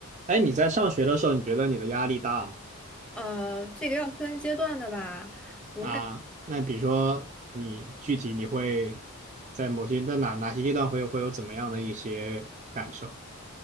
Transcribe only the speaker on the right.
哎，你在上学的时候，你觉得你的压力大吗？
啊，那比如说你具体你会在某些在哪哪些阶段会有会有怎么样的一些感受？